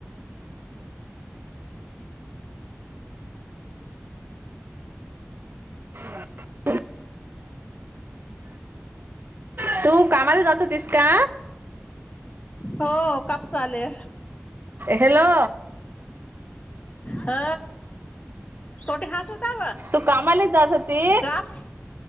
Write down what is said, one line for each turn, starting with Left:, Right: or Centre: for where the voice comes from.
Right: हा. <inaudible> तू कामाला जात होतीस का?
Left: हो कापसाले.
Right: हॅलो.
Left: ह कोटी हसू का
Right: तू कामाला जात होती
Left: काप्स.